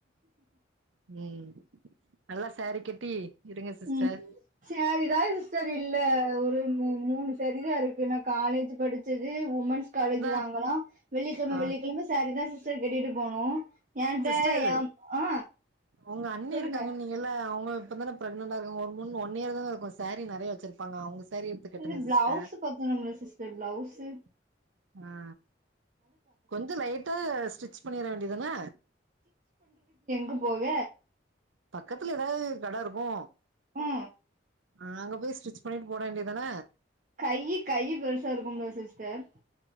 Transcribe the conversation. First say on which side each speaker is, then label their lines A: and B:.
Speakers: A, on the right; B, on the right.
A: ம் நல்லா சாரீ கட்டி இருங்க சிஸ்டர்
B: ம் சேரிதா சிஸ்டர் இல்ல ஒரு ஒரு மூ மூணு சாரிதா இருக்கு நா காலேஜ் படிச்சது உமன்ஸ் காலேஜ்
A: இந்த
B: வாங்களா வெள்ளிகெலம
A: ஆ
B: வெள்ளிக்கெலம சாரி தா சிஸ்டர் கெட்டிட்டு போணு ஏன்ட
A: சிஸ்டர்
B: ஏம் ஆ
A: உங்க அண்ணி
B: சொல்லுங்க
A: இருக்காங்க நீங்கல்ல அவுங்க இப்ப தான பிரெக்னன்டா இருக்கங்க ஒரு மூணு ஒன் இயர் தான இருக்கு சாரீ நெறையா வச்சிருப்பாங்க அவுங்க சாரீ எடுத்து கட்டுங்க
B: இது ப்ளவுஸ்
A: சிஸ்டர்
B: பத்தனும்ல சிஸ்டர் ப்ளவுஸு
A: ஆ கொஞ்சோ லைட்டா ஸ்டிச் பண்ணிர வேண்டியதான
B: க்கு போக
A: பக்கத்துல ஏதாவது கட இருக்கு
B: ஆ
A: அ அங்க போய் ஸ்டிச் பண்ணிட்டு போட வேண்டிய தான
B: கை கை பெருசா இருக்கும்ல சிஸ்டர்